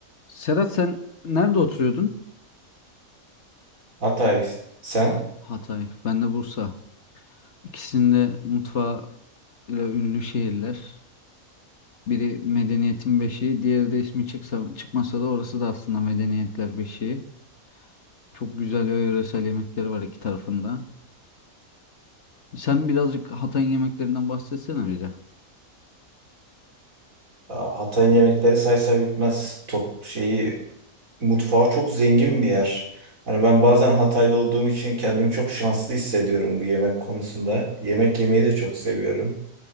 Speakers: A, on the left; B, on the right.
A: Serhat sen nerede oturuyordun?
B: Hatay sen.
A: Ha- Hatay, ben de Bursa. İkisinde mutfağı ile ünlü şehirler. Biri medeniyetin beşiği, diğeri de ismi çıksa, çıkmasa da orası da aslında medeniyetler beşiği. Çok güzel ve yöresel yemekleri var iki tarafında. Sen birazcık Hatay'ın yemeklerinden bahsetsene bize.
B: Aa, Hatay'ın yemekleri saysa bitmez. Top şeyi mutfağı çok zengin bir yer. Hani ben bazen Hataylı olduğum için kendimi çok şanslı hissediyorum bu yemek konusunda. Yemek yemeyi de çok seviyorum.